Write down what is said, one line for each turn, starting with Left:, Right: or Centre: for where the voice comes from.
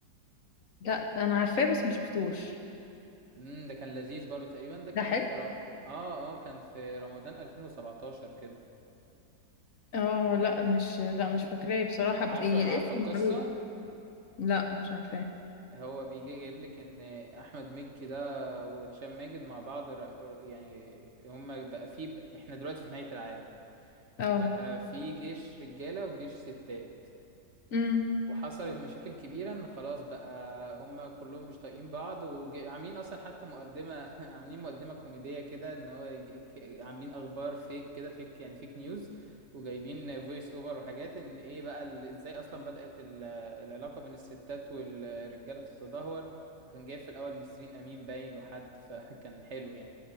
Left: لا انا عارفاه بس ما شفتوش
Right: امم ده كان لذيذ برضو تقريبا ده كان
Left: ده حلو
Right: في ر... اه اه كان في رمضان 2017 كده
Left: اه لا مش لا مش فاكراه بصراحة
Right: عارفة
Left: بس يعني الاسم
Right: عارفة القصة
Left: معروف لا مش عارفاه
Right: هو بيجي جايب لك ان احمد مكي ده وهشام ماجد مع بعض رأ- يعني هما بقى في احنا دلوقتي في نهاية العالم
Left: اه
Right: وبقى في جيش رجالة وجيش ستات
Left: امم
Right: وحصلت مشاكل كبيرة ان خلاص بقى هما كلهم مش طايقين بعض وعاملين اصلا حتى مقدمة <laughs> عاملين مقدمة كوميدية كده ان هو يجي- ك- عاملين اخبار فيك كده فيك يعني فيك نيوز وجايبين فويس اوفر وحاجات ان ايه بقى ال- ازاي اصلا بدأت ال- العلاقة بين الستات والرجالة تتدهور وكان جايب في الاول نسرين امين باين وحد <laughs> فكان حلو يعني